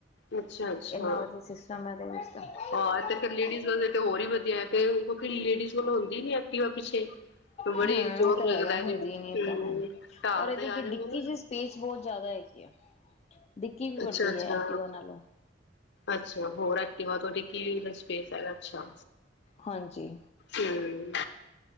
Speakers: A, on the left; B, on the left.
A: ਅੱਛਾ-ਅੱਛਾ।
B: ਇੰਨਾ ਵਧੀਆ <unintelligible> ਤਾਂ
A: ਹਾਂ ਤੇ ਫੇਰ ਲੇਡੀਜ਼ ਵਾਲੇ ਤੇ ਹੋਰ ਹੀ ਵਧੀਆ ਹੈ। ਫੇ ਕਿਉਂਕਿ, ਲੇਡੀਜ਼ ਕੋਲੋ ਹੁੰਦੀ ਨੀ ਐਕਟੀਵਾ ਪਿੱਛੇ। ਬੜੀ
B: ਹਾਂ,
A: ਜ਼ੋਰ
B: ਇਹ ਤਾਂ ਹੈਗਾ
A: ਲੱਗਦਾ ਜੇ
B: ਹੁੰਦੀ
A: ਹਮ
B: ਨੀ ਇਹ ਤਾਂ ਹੈ
A: ਢਾਲ
B: ਔਰ ਇਹਦੇ
A: ਤੇ ਆ
B: ਚ
A: ਜਾਵੇ
B: ਡਿੱਕੀ
A: ਨਾ
B: ਚ ਸਪੇਸ ਬਹੁਤ ਜ਼ਿਆਦਾ ਹੈਗੀ ਆ। ਡਿੱਕੀ ਵੀ ਵੱਡੀ
A: ਅੱਛਾ-ਅੱਛਾ,
B: ਹੈ ਐਕਟਿਵਾ ਨਾਲੋਂ
A: ਅੱਛਾ, ਹੋਰ ਐਕਟਿਵਾ ਡਿਕੀ ਦਾ ਸਪੇਸ ਹੈਗਾ। ਅੱਛਾ,
B: ਹਾਂਜੀ
A: ਹੂੰ।